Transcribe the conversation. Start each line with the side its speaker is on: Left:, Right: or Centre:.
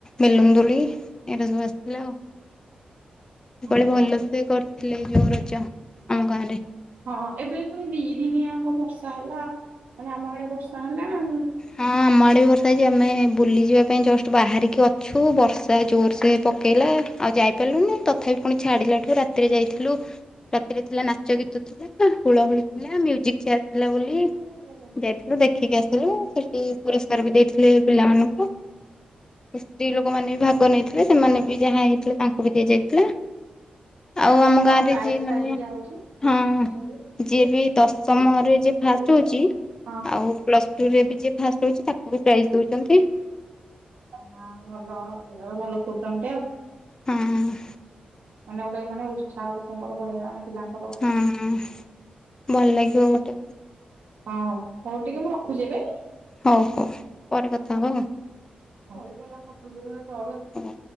Left: ମେଲୁନ ଦୋଳି। ଏଗୁରା ସବୁ ଆସିଥିଲା ଆଉ ମୁ
Right: ଓହୋ
Left: କହିଲି ଭଲସେ କରିଥିଲେ ଏଇ ଯୋଉ ରଜ। ଆମ ଗାଁ ରେ।
Right: ହଁ ଏବେ ପୁଣି ଦି ଦିନିଆଙ୍କ ବର୍ଷା ହେଲା ମାନେ ଆମ ଆଡେ ବର୍ଷା ହେଲା ଆଉ।
Left: ହଁ ଆମ ଆଡ଼େ ବି ବର୍ଷା ହେଇଛି ଆମେ ବୁଲିଯିବା ପାଇଁ ଜଷ୍ଟ ବାହାରିକି ଅଛୁ ବର୍ଷା ଜୋରସେ ପକେଇଲା ଆଉ ଯାଇପାରିଲୁନି ତଥାପି ପୁଣି ଛାଡିଲାଠୁ ରାତିରେ ଯାଇଥିଲୁ ରାତିରେ ଥିଲା ନାଚ ଗୀତ ଥିଲା ହୁଳ ହୁଳି ଥିଲା ମିଉଜିକ୍ ଚିଆର ଥିଲା ବୋଲି
Right: <unintelligible>
Left: ଯାଇଥିଲୁ ଦେଖିକି ଆସିଲୁ ସେଠି ପୁରସ୍କାର ବି ଦେଇଥିଲି ପିଲାମାନଙ୍କୁ। ସ୍ତ୍ରୀ ଲୋକମାନେ ବି ଭାଗ ନେଇଥିଲେ ସେମାନେ ବି ଯାହା ହେଇଥିଲେ ତାଙ୍କୁ ବି ଦିଆଯାଇଥିଲା।
Right: ମାନେ
Left: ଆଉ ଆମ
Right: କଣ
Left: ଗାଁରେ
Right: ପ୍ରାଇଜ୍
Left: ଯିଏ ମାନେ
Right: ଫାଇଜ୍ ଦିଆ ହଉଛି?
Left: ହଁ
Right: ମାନେ
Left: ଯିଏ ବି ଦଶମରେ ଯିଏ
Right: <unintelligible>
Left: ଫାଷ୍ଟ ହଉଛି ଆଉ ପ୍ଲସ ଟୁ ରେ ବି ଯିଏ ଫାଷ୍ଟ୍ ହଉଛି ତାକୁ ବି ପ୍ରାଇଜ୍ ଦଉଛନ୍ତି।
Right: ହଁ ଭଲ ଇ ଭଲ ପ୍ରୋଗ୍ରାମ୍ ଟେ ଆଉ।
Left: ହୁଁ।
Right: ମାନେ ଗୋଟେ ମାନେ ଉତ୍ସାହ ଲୋକଙ୍କର ବଢେଇଆ ମାନେ ପିଲାଙ୍କର
Left: ହୁଁ ଭଲ ଲାଗିବ ଗୋଟେ।
Right: ହଁ ହଉ ହଉ ଟିକେ ମୁଁ ରଖୁଛି ଏବେ?
Left: ହଉ ହଉ ପରେ କଥା ହବ।
Right: <unintelligible>
Left: ହଁ।